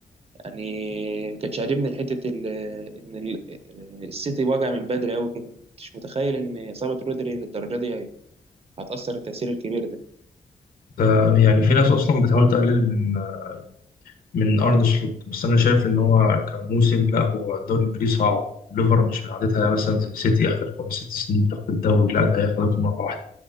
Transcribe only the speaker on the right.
يعني ما كانش عاجبني حته ال- ان ال- السيتي وجع من بدري قوي كده ما كنتش متخيل ان اصابه رودري للدرجه دي هي- هتاثر التاثير الكبير ده